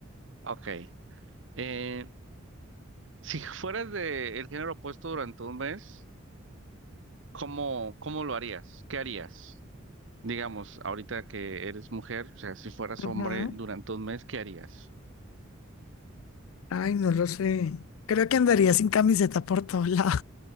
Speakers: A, on the right; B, on the left.
A: Ok. Eh, si fueras de el género opuesto durante un mes, ¿cómo, cómo lo harías? ¿Qué harías? Digamos, ahorita que eres mujer, o sea, si fueras
B: Ajá.
A: hombre durante un mes, ¿qué harías?
B: Ay, no lo sé. Creo que andaría sin camiseta por todos lados.